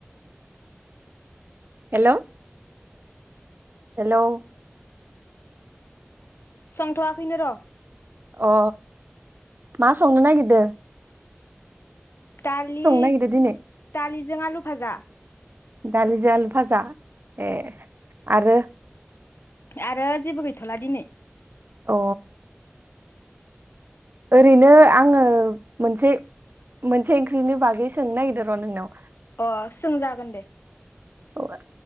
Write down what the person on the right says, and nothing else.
हेलौ हेलौ
अ मा संनो नागिरदो?
नागिरदों दिनै
दालिजो आलु भाजा ए आरो?
अ। ओरैनो आङो मोनसे मोनसे ओंख्रिनि बागै सोंनो नागिरदो र नोंनाव?
औ।